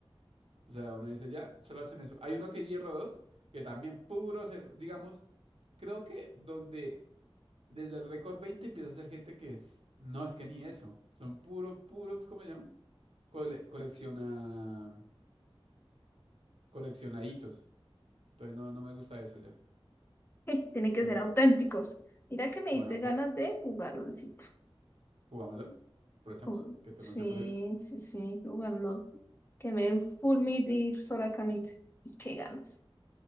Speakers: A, on the right; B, on the left.
A: O sea, uno dice, ya, solo hacen eso. Hay uno que es hierro 2 que también puros eso, digamos, creo que donde desde el récord 20 empieza a ser gente que es, no, es que ni eso, son puro, puros, ¿cómo se llama? cole- colecciona, colecciona hitos. Entonces no, no me gusta eso ya.
B: <laughs> Tienen que
A: Pero,
B: ser auténticos. Mira que me
A: pero
B: diste
A: bueno,
B: ganas
A: co-
B: de jugar LOLcito.
A: jugamos LOL. Aprovechamos
B: Oh,
A: que tenemos
B: sí,
A: tiempo libre.
B: sí, sí, jugar LOL. Que me den full mid y ir sola a camita. Y qué ganas.